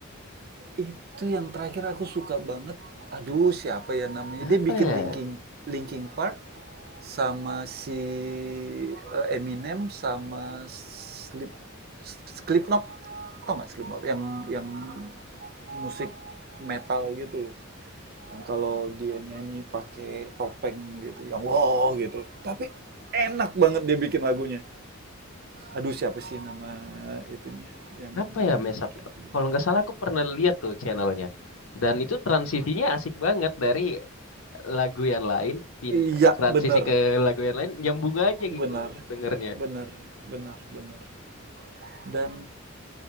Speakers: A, on the right; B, on the left.
A: itu yang terakhir aku suka banget, aduh siapa ya namanya,
B: Apa
A: dia bikin
B: ya?
A: linking linking part sama si, eee, Eminem sama Slip Slipknot, tau nggak Slipknot? Yang yang musik metal gitu loh. yang kalau dia nyanyi pakai topeng gitu yang wow gitu tapi enak banget dia bikin lagunya aduh siapa sih nama itunya yang
B: apa ya mesap
A: bikin videonya
B: kalau nggak salah aku pernah lihat tuh channelnya dan itu transisinya asik banget dari lagu yang lain pin-
A: iya
B: transisi
A: bener
B: ke lagu yang lain nyambung aja gitu
A: benar
B: dengernya
A: benar benar benar dan